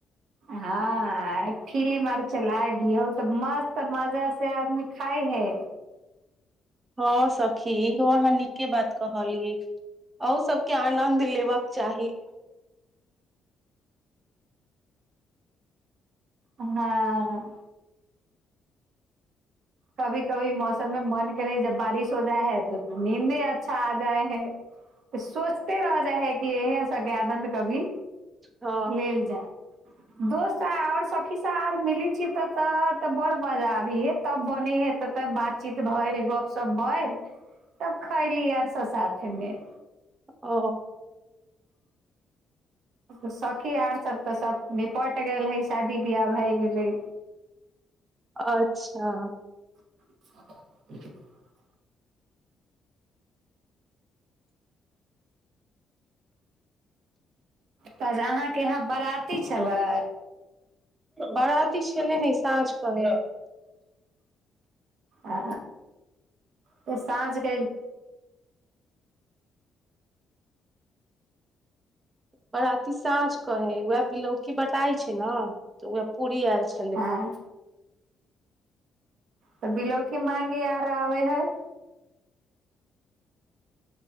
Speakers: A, on the right; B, on the right.
A: हँ फीलीम अर चलाए दियौ तऽ मस्त मजा से आदमी खााय है
B: हँ सखी इहो अहाँ निके बात कहलियै औ सबके आनन्द लेबक चाही
A: आ कभी-कभी मौसम में मन करै हे जब बारिश हो जाइ है त नींदे अच्छा आ जाए है <unintelligible> तऽ सोचते रहि जाइ हइ कि इएहे सभके आनन्द कभी
B: हँ
A: लेल जै दोस्त आओर सखी स आर मिली छयत तऽ बड़ मजा आबीऐ तब बने है तऽ तब बातचीत भएर गपशप भएल तब खायली आर सब साथे में
B: ओ
A: सखी आर सब तऽ सब निपट गेल है शादी-बियाह भए गेलै
B: अच्छा
A: <unintelligible> तऽ ज अहाँके यहाँ बराती छलै
B: बराती छेलै नहि साँझ कहे
A: आ त साँझ क
B: बराती साँझ क है उएह बिलौकी बटाई छै न तऽ उएह पूरी आयल छलै
A: हँ तऽ बिलौकी माँगे आर आबै हय